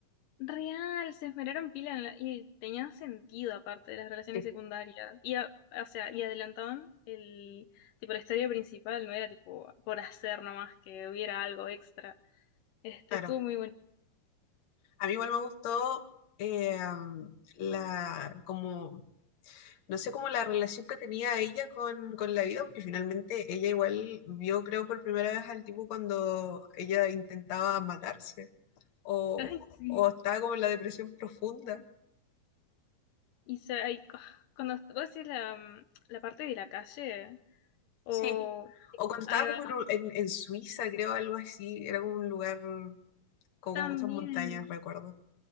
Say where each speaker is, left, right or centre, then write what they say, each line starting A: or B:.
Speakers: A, on the left; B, on the left.
A: Real, se esmeraron pila en la- y tenían sentido aparte de las relaciones
B: Sí,
A: secundarias. Y, a- o sea, y adelantaban el, tipo, la historia principal, no era tipo por hacer nomás que hubiera algo extra. Este,
B: claro.
A: estuvo muy bonito.
B: A mí igual me gustó eh, la, como, no sé, como la relación que tenía ella con, con la vida, porque finalmente ella igual vio, creo, por primera vez al tipo cuando ella intentaba matarse o,
A: <laughs> Ay, sí.
B: o estaba como en la depresión profunda.
A: Y se, ay, cu- cuando est- vos decís la, mm, la parte de la calle, o,
B: Sí, O cuando estaba
A: ahí va,
B: como en, un- en, en Suiza, creo, algo así. Era como un lugar como
A: también,
B: con muchas montañas, recuerdo.